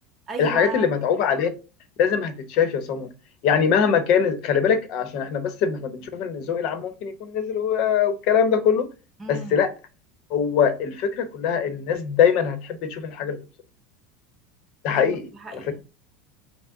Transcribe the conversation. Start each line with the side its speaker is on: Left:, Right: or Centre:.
Right: ايوه
Left: الحاجات اللي متعوب عليها لازم هتتشاف يا سمر يعني مهما كان خلي بالك عشان احنا بس احنا بنشوف ان الذوق العام ممكن يكون نزل و- والكلام ده كله
Right: امم
Left: بس لا هو الفكره كلها ان الناس دايما هتحب تشوف الحاجه اللي تبسطها ده حقيقي
Right: ايوه دي حقيقة
Left: على فكره